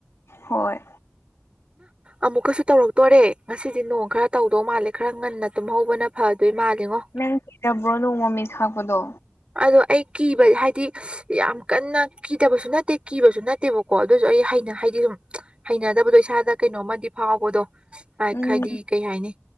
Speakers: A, on the left; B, on the right.
A: ꯍꯣꯏ
B: ꯑꯃꯨꯛꯀꯁꯨ ꯇꯧꯔꯛꯇꯣꯔꯦ ꯉꯁꯤꯗꯤ ꯅꯣꯡ ꯈꯔ ꯇꯧꯗꯧ ꯃꯥꯜꯂꯦ ꯈꯔ ꯉꯟꯅ ꯇꯨꯝꯍꯧꯕꯅ ꯐꯗꯣꯏ ꯃꯥꯜꯂꯤꯉꯣ
A: ꯅꯪ ꯀꯤꯖꯕ꯭ꯔ‌ꯣ ꯅꯣꯡ ꯃꯃꯤꯠ ꯈꯥꯛꯄꯗꯣ
B: ꯑꯗꯣ ꯑꯩ ꯀꯤꯕꯗꯤ ꯍꯥꯏꯗꯤ ꯌꯥꯝ ꯀꯟꯅ ꯀꯤꯗꯕꯁꯨ ꯅꯠꯇꯦ ꯀꯤꯕꯁꯨ ꯅꯠꯇꯦꯕꯀꯣ ꯑꯗꯨꯁꯨ ꯑꯩ ꯍꯥꯏꯅ ꯍꯥꯏꯗꯤ ꯁꯨꯝ ꯍꯩꯅꯗꯕꯗꯣ ꯏꯁꯥꯗ ꯀꯩꯅꯣꯝꯃꯗꯤ ꯐꯥꯎꯕꯗꯣ
A: ꯎꯝ
B: ꯍꯥꯏꯗꯤ ꯀꯩ ꯍꯥꯏꯅꯤ